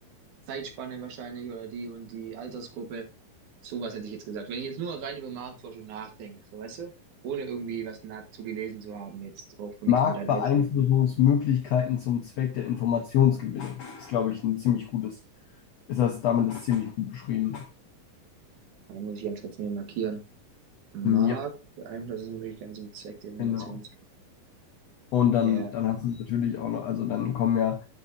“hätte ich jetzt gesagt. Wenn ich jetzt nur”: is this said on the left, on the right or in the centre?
Right